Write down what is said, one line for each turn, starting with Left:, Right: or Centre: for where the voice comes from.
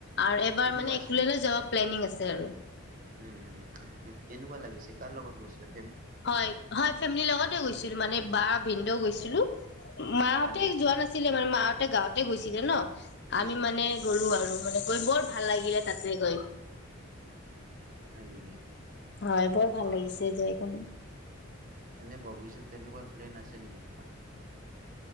Left: আৰু এবাৰ
Right: কেনেকুৱা
Left: মানে
Right: আছিলে?
Left: একোলাণ্ড যাব প্লেনিং আছে। আছে আৰু
Right: উম তেনেকুৱা লাগিছে কাৰ লগত গৈছিলা?
Left: হয় হয় ফেমিলি লগতে গৈছিলো মানে বা ভিনদেউ গৈছিলো মাহতে
Right: হয় নেকি
Left: যোৱা নাছিলে মানে মাহঁতে গাঁৱত ততে গৈছিলে ন।
Right: উম
Left: আমি মানে গ'লো আৰু। মানে গৈ বৰ ভাল লাগিলে তাতে গৈ।
Right: হয় নেকি।
Left: হয় বৰ ভাল
Right: অ
Left: লাগিছে যাই ক।
Right: এনে ভৱিষ্যত তেনেকুৱা প্লেন আছে নেকি তোমাৰ?